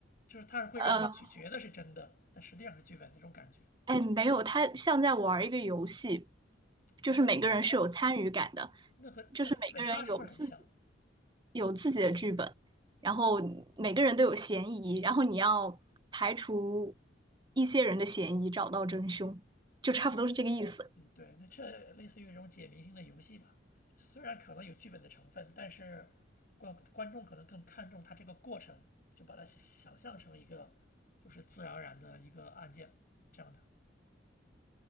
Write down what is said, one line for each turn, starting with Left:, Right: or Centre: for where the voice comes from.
Left: 就是它是会让你觉觉得是真的，
Right: 呃，
Left: 但实际上是剧本那种感觉。
Right: 哎，没有，它像在玩儿一个游戏，就是每个人是有参与感的，
Left: 哦，那和那和剧本杀是不是很像？
Right: 就是每个人有自己有自己的剧本，然后每个人都有嫌疑，然后你要排除一些人的嫌疑，找到真凶，就差不多是这个意思。
Left: 哦，嗯，对，那这类似于一种解谜性的游戏吧，虽然可能有剧本的成分，但是观观众可能更看重它这个过程，就把它想象成一个就是自然而然的一个案件这样的。